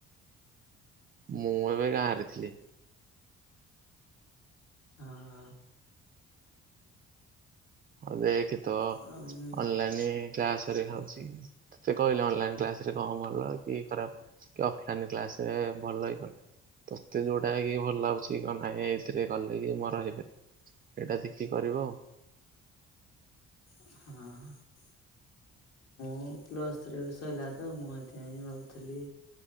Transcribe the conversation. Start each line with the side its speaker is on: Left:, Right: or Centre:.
Right: ମୁଁ ଏବେ ଗାଁ ରେ ଥିଲି।
Left: ଅହଁ ହ।
Right: ଅ ଦେଖ ତ
Left: ହଁ ଆଉ ମୁଁ
Right: ଅନଲାଇନ। କ୍ଲାସ୍ ହେରିକା ହଉଚି ତତେ କହିଲେ ଅନଲାଇନ୍ କ୍ଲାସ୍ ରେ କଣ ଭଲ କି ଖରାପ। ଅଫଲାଇନ୍ କ୍ଲାସ ଭଲ ହେଇଗଲ। ତୋତେ ଯୋଉଟା କି ଭଲ ଲାଗୁଛି କ ନହିଁ ଏଇଥିରେ କଲେ କି ମୋର ହେଇପାରିବ। ହେଟା ଦେଖି କରିବ ଆଉ।
Left: ହଁ ଅ ମୋ ପ୍ଲସ ଥ୍ରୀ ବି ସଇଲା ତ ମୁଁ ହେଇଥି ପାଇଁ ଭାବୁଥିଲି